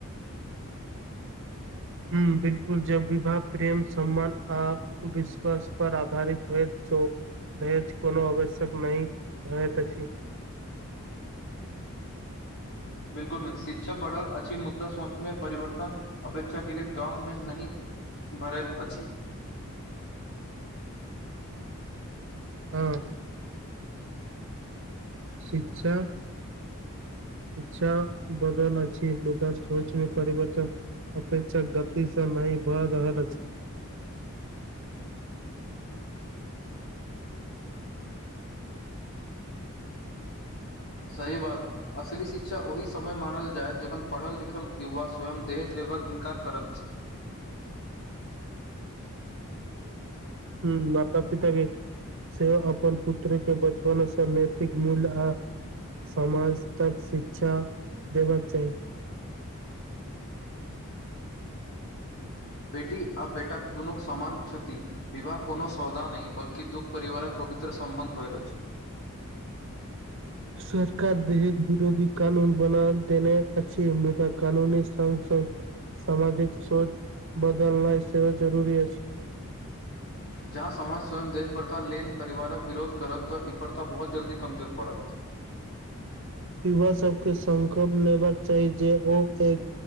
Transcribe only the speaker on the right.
हूं बिलकुल जब विवाह प्रेम सम्मान आब विश्वास पर आधारित होइत छै दहेज कोनो आवश्यक नहि रहैत अछि
हँ शिक्षा शिक्षा बदल अछि मुदा सोच मे परिवर्तन अपेक्षा गति स नहि भए रहल अछि
हुॅं माता पिता भी से अपन पुत्र के बचपनसँ नैतिक मूल्य आ समाज तक शिक्षा देबाक चाही
सरकार देश बिरोधी कानून बना देने अछि मुदा कानुनी <unintelligible> सामाजिक सोच बदलनाइ सेहो जरूरी अछि
युवा सबके संकल्प लेबाक चाही जे ओ एक